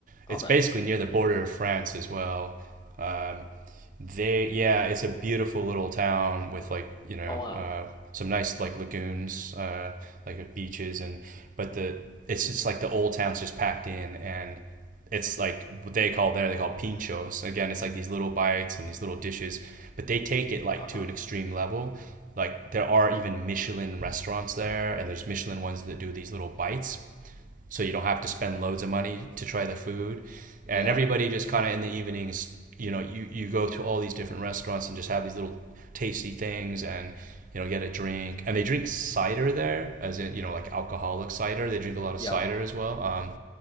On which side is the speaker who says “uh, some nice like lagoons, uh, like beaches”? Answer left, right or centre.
Right